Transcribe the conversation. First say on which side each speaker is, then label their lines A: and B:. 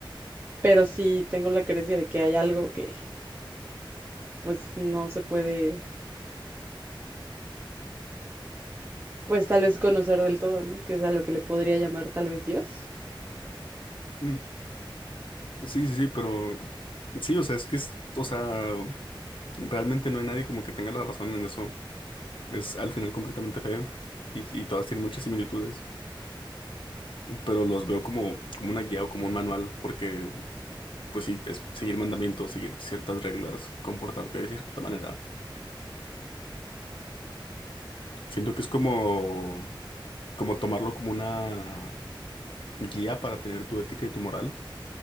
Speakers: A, on the right (about 25°); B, on the left (about 70°).
A: pero sí tengo la creencia de que hay algo que pues no se puede, pues tal vez conocer del todo, ¿no? Que es a lo que le podría llamar tal vez Dios.
B: mm, sí, sí, sí, pero sí, o sea, es que es, o sea, realmente no hay nadie como que tenga la razón en eso. Es al final completamente feo y, y todas tienen muchas similitudes, pero los veo como, como una guía o como un manual, porque, pues sí, es seguir mandamientos, seguir ciertas reglas, comportarte de cierta manera. Siento que es como, como tomarlo como una guía para tener tu ética y tu moral,